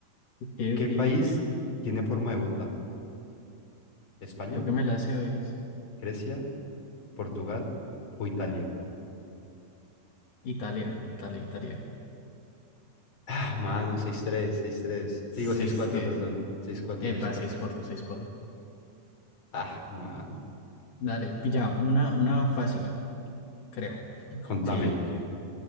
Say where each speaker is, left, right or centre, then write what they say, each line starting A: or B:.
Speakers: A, on the left; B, on the left.
A: Ok,
B: ¿Qué
A: ok.
B: país tiene forma de bota? ¿España,
A: Creo que me la sé, hoy.
B: Grecia, Portugal o Italia?
A: Italia, Italia, Italia.
B: Ah, mano, seis tres seis tres
A: Seis
B: Digo seis cuatro
A: tres,
B: perdón. seis cuatro
A: Epa,
B: seis cuatro
A: seis cuatro, seis cuatro.
B: Ah, mano.
A: Dale, pilla, una, una fácil, creo.
B: Contame.
A: Sí, debería.